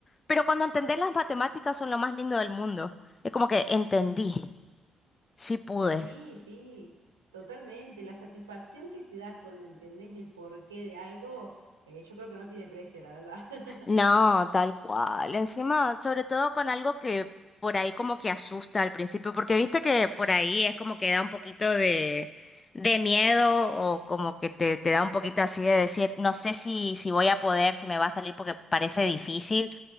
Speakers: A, on the left; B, on the right.
A: pero cuando entendés las matemáticas son lo más lindo del mundo. Es como que entendí, sí pude.
B: Sí, sí, totalmente. La satisfacción que te da cuando entendés el porqué de algo, eh, yo creo que no tiene precio, la verdad. <laughs>
A: No, tal cual. Encima, sobre todo con algo que por ahí como que asusta al principio, porque viste que por ahí es como que da un poquito de, de miedo o como que te, te da un poquito así de decir, no sé si, si voy a poder, si me va a salir porque parece difícil,